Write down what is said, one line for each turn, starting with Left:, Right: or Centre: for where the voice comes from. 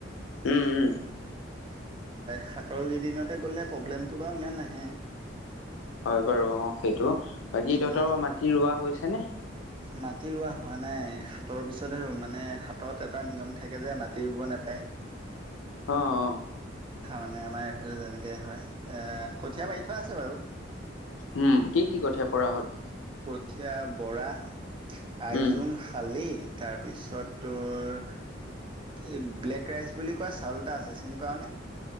Left: উম উম।
Right: সাতৰ কেইদিনতে গ'লে প্ৰব্লেমটো বাৰু ইমান নাহে।
Left: হয় বাৰু অ সেইটো বাকী
Right: উম
Left: তহঁতৰ মাটি ৰোৱা হৈছে নে?
Right: মাটি ৰুোৱা হোৱা নাই হাথৰ পিছত আৰুে মানে হাতত এটা নিয়ম থাকে যে মাটি ৰুব নোপায়।
Left: অ, অ।
Right: মানে আমাৰ এইফালে তেনেকৈ হয় কঠীয়া পাৰি থোৱা আছে বাৰু।
Left: উম কি কি কঠীয়া পৰা হ'ল।
Right: কঠীয়া বৰা, আইজুং,
Left: উম
Right: শালি। তাৰপিছতোৰ এই ব্লেক ৰাইচ বুলি কোৱা চাউল এটা আছে চিনি পাৱ নে?